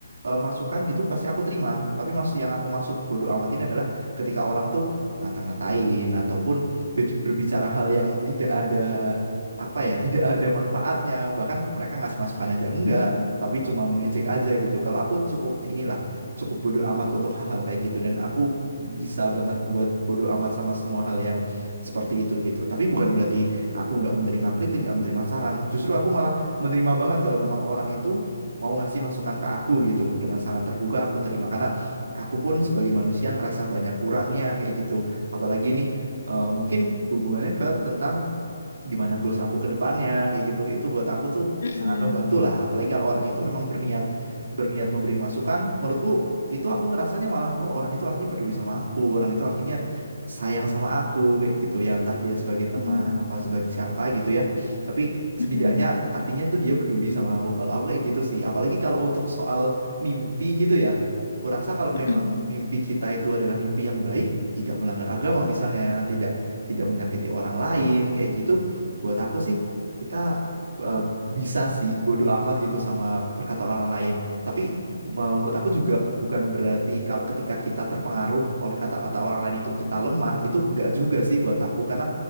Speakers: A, on the right (about 70°); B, on the left (about 60°).
A: eh, masukan gitu, pasti aku terima. Tapi maksud yang aku maksud bodoh amat ini adalah ketika orang tuh ngata-ngatain ataupun be- berbicara hal yang tidak ada apa ya, tidak ada manfaatnya. Bahkan mereka ngasih masukan aja enggak,
B: Hmm.
A: tapi cuma mengejek aja gitu. Kalau aku cukup inilah cukup bodo amat untuk hal-hal kayak gitu dan aku bisa banget buat bodo amat sama semua hal yang seperti itu gitu. Tapi bukan berarti aku nggak menerima kritik, nggak menerima saran. Justru aku malah menerima banget kalau memang orang itu mau ngasih masukan ke aku gitu dengan sangat terbuka aku terima karena aku pun sebagai manusia ngerasa banyak kurangnya kayak gitu. Apalagi nih eh, mungkin hubungannya ke tentang gimana goals aku ke depannya kayak gitu itu buat aku tuh
B: Mm-mm.
A: sangat membantu lah apalagi kalau orang itu memang berniat berniat memberi masukan menurutku itu aku ngerasanya malah oh orang itu artinya peduli sama aku orang itu artinya sayang sama aku kayak gitu ya entah dia sebagai teman
B: Mm-mm.
A: apa sebagai siapa gitu ya tapi
B: Mm-mm.
A: setidaknya artinya itu dia peduli sama aku kalau aku kayak gitu sih apalagi kalau untuk soal mimpi gitu ya kurasa kalau
B: Mm-mm.
A: memang mimpi kita itu adalah mimpi yang baik tidak melanggar agama misalnya tidak tidak menyakiti orang lain kayak gitu buat aku sih kita uh, bisa sih bodo amat gitu sama perkataan orang lain. Tapi me- menurut aku juga bukan berarti kalau ketika kita terpengaruh oleh kata-kata orang lain itu kita lemah, itu enggak juga sih buat aku karena